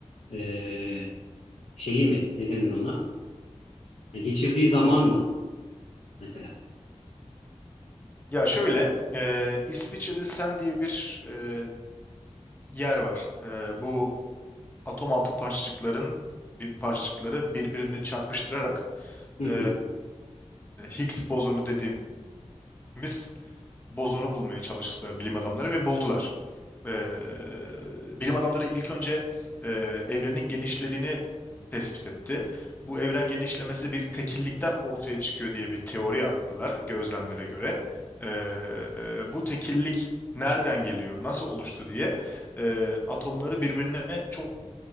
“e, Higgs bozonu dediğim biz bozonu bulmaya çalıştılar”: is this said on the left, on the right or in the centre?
Left